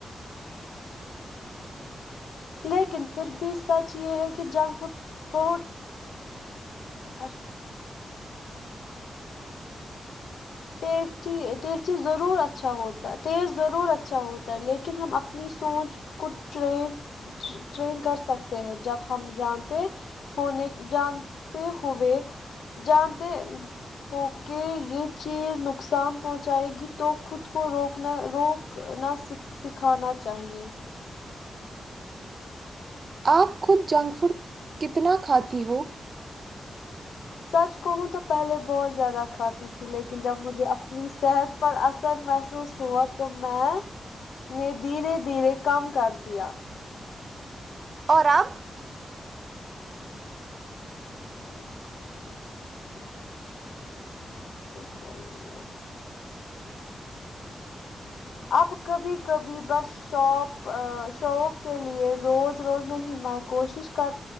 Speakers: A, on the left; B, on the right.
A: لیکن پھر بھی سچ یہ ہے کہ جنک فوڈ بہت اور ٹیسٹی ٹیسٹی ضرور اچھا ہوتا ٹیسٹ ضرور اچھا ہوتا ہے لیکن ہم اپنی سوچ کو ٹری ٹرین کر سکتے ہیں جب ہم جانتے ہونے جانتے ہوئے جانتے ہوک یہ چیز نقصان پہنچائے گی تو خود کو روکنا روک نہ سک سکھانا چاہیے
B: آپ خود جنک فوڈ کتنا کھاتی ہو
A: سچ کہوں تو پہلے بہت زیادہ کھاتی تھی لیکن جب مجھے اپنی صحت پر اثر محسوس ہوا تو میں نے دھیرے دھیرے کم کر دیا
B: اور آپ
A: <inaudible> اب کبھی کبھی بس شوق ا شوق کے لیے روز روز نہیں میں کوشش کر